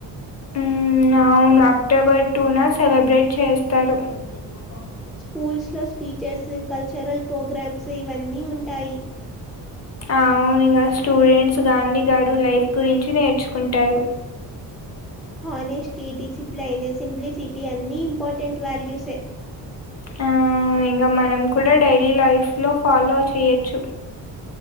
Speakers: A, on the left (about 40°); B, in the centre.
A: ఉ అవును అక్టోబర్ టూ నా సెలబ్రేట్ చేస్తారు <unintelligible>
B: స్కూల్స్ లో స్పీచెస్ కల్చరల్ ప్రోగ్రామ్స్ ఇవన్నీ ఉంటాయి
A: అవును ఇంకా స్టూడెంట్స్ గాంధీ గారు లైఫ్ గురించి నేర్చుకుంటారు
B: హానెస్టీ డిసిప్లిన్ సింప్లిసిటీ అన్ని ఇంపార్టెంట్ వాల్యూస్
A: ఆ ఇంకా మనం కూడా డైలీ లైఫ్ లో ఫాలో చేయొచ్చు